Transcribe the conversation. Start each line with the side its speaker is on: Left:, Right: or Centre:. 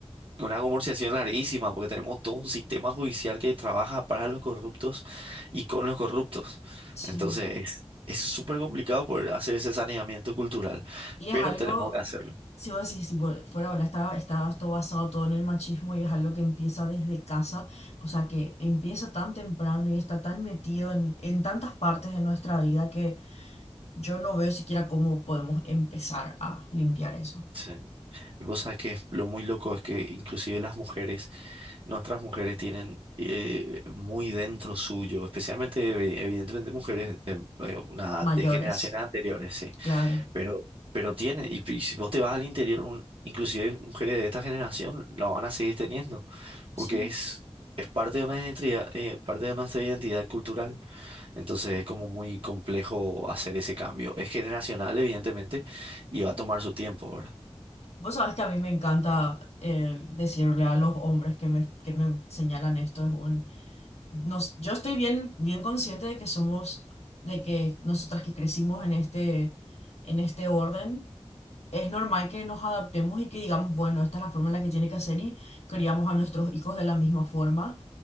Right: Una conversación larguísima, porque tenemos todo un sistema judicial que trabaja para los corruptos y con los corruptos.
Left: sí.
Right: Entonces, es es súper complicado poder hacer ese saneamiento cultural,
Left: Y es
Right: pero
Left: algo,
Right: tenemos que hacerlo.
Left: si vos decís, tipo, fuera, hola, está, está todo basado todo en el machismo y es algo que empieza desde casa, o sea, que empieza tan temprano y está tan metido en, en tantas partes de nuestra vida que yo no veo siquiera cómo podemos empezar a limpiar eso.
Right: Sí. Y Vos sabés que lo muy loco es que inclusive las mujeres, nuestras mujeres tienen eh, muy dentro suyo, especialmente evi- evidentemente mujeres de eh, una
Left: Mayores,
Right: de generaciones anteriores, sí
Left: claro.
Right: Pero, pero tiene, y, y si vos te vas al interior, un- inclusive mujeres de esta generación la van a seguir teniendo, porque
Left: Sí.
Right: es, es parte de una identidad, eh, parte de nuestra identidad cultural. Entonces es como muy complejo hacer ese cambio. Es generacional, evidentemente, y va a tomar su tiempo, ¿verdad?
Left: Vos sabés que a mí me encanta eh, decirle a los hombres que me, que me señalan esto. Es un, nos, yo estoy bien, bien consciente de que somos, de que nosotras que crecimos en este, en este orden. Es normal que nos adaptemos y que digamos, bueno, esta es la forma en la que tiene que hacer y criamos a nuestros hijos de la misma forma,